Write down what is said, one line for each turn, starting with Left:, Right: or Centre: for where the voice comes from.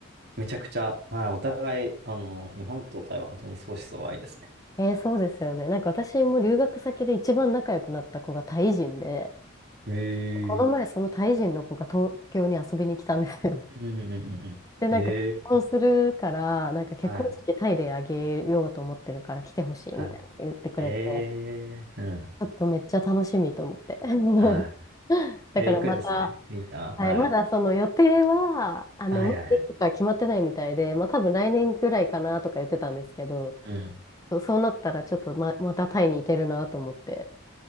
Right: めちゃくちゃ、はい。お互い、あの、日本と台湾、本当に相思相愛ですね。
Left: えーそうですよね。なんか私も留学先で一番仲良くなった子がタイ人で、
Right: へ
Left: この前そのタイ人の子が東京に遊びに来たんですよ。
Right: え。うんうんうんうんうん。
Left: <laughs> で、
Right: ええ
Left: なんか結婚するから、なんか結婚式タイであげようと思ってるから来てほしいみたいな言ってくれて。
Right: はい。はい。ええうん。
Left: ちょっとめっちゃ楽しみと思って。<laughs>
Right: は
Left: だからまた、
Right: い。えー、行くんですね。いいな。
Left: はい、
Right: はい。
Left: まだその予定は、あの、
Right: はいはいはい。
Left: まだいつか決まってないみたいで、まあ多分来年ぐらいかなとか言ってたんですけど、
Right: うん。
Left: そうそうなったらちょっとま、またタイに行けるなと思って、